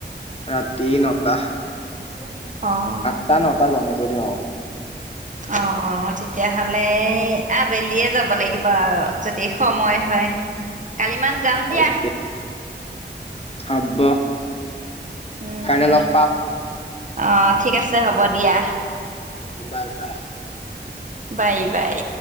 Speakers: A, on the left; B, on the right.
A: ৰাতি নটা। আঠটা,
B: অ'।
A: নটাত বন্ধ কৰি দিওঁ আৰু।
B: অ, অ তেতিয়াহলে আবেলিয়ে যাব লাগিব আৰু যদি সময় হয়। কালি মান যাম দিয়া।
A: অকে
B: হয়।
A: হব
B: উম,
A: কাইলৈ লগ পাম।
B: অ' ঠিক আছে, হ'ব দিয়া।
A: বাই, বাই।
B: Bye bye.